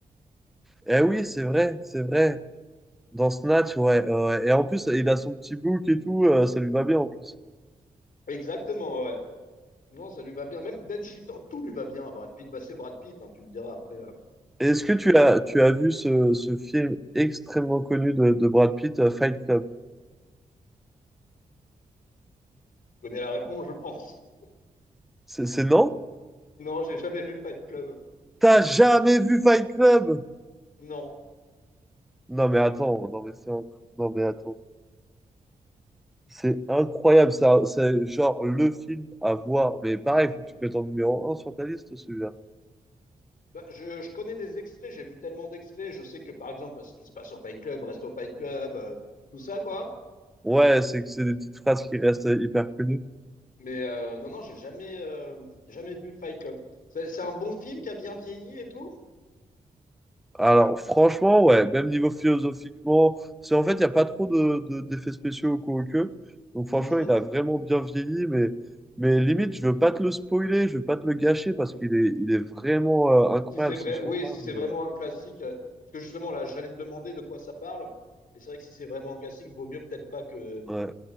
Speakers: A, in the centre; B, on the left (about 65°).
A: Eh oui, c'est vrai, c'est vrai. Dans Snatch, ouais, ouais. Et en plus, il a son petit bouc et tout, euh, ça lui va bien en plus.
B: Exactement, ouais. Non, ça lui va bien. Même d'être gitan, tout lui va bien à Brad Pitt. Bah, c'est Brad Pitt, hein, tu me diras après. euh,
A: Est-ce que tu as, tu as vu ce, ce film extrêmement connu de, de Brad Pitt, euh, Fight Club?
B: tu connais la réponse, je pense. <laughs>
A: C'est c'est non?
B: Non, j'ai jamais vu Fight Club.
A: T'as jamais vu Fight Club?
B: Non.
A: Non mais attends, non mais c'est inc- non mais attends. C'est incroyable, ça, c'est genre le film à voir. Mais pareil, faut que tu te mettes en numéro 1 sur ta liste, celui-là.
B: Bah, je, je connais des extraits, j'ai vu tellement d'extraits. Je sais que, par exemple, ce qui se passe au Fight Club reste au Fight Club, euh, tout ça, quoi.
A: Ouais, c'est que c'est des petites phrases qui restent euh, hyper connues.
B: Mais euh, non, non, j'ai jamais, euh, jamais vu Fight Club. C'est c'est un bon film qui a bien vieilli et tout?
A: Alors, franchement, ouais, même niveau philosophiquement, parce qu'en fait, il n'y a pas trop de, de- d'effets spéciaux au coup au queue. Donc, franchement,
B: Mhm.
A: il a vraiment bien vieilli, mais, mais limite, je veux pas te le spoiler, je veux pas te le gâcher parce qu'il est, il est vraiment euh, incroyable
B: Si c'est
A: si
B: vrai,
A: je t'en
B: oui,
A: parle.
B: si c'est vraiment
A: Mais,
B: un classique, euh, parce que justement là, j'allais te demander de quoi ça parle, mais c'est vrai que si c'est vraiment un classique, vaut mieux peut-être pas que,
A: ouais.